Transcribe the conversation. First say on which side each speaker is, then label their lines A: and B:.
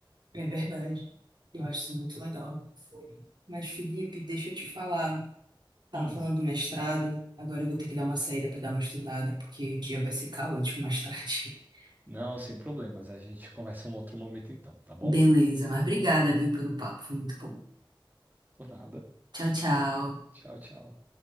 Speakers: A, on the right; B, on the right.
A: É verdade. Eu acho isso muito legal. Mas, Felipe, deixa eu te falar. Tava
B: Hum,
A: falando do mestrado, agora eu vou ter que dar uma saída para dar uma estudada, porque o dia vai ser caótico mais tarde. <laughs>
B: Não, sem problemas, a gente conversa em um outro momento então, tá bom?
A: Beleza, mas obrigada, viu, pelo papo. Foi muito bom.
B: Por nada.
A: Tchau, tchau.
B: Tchau, tchau.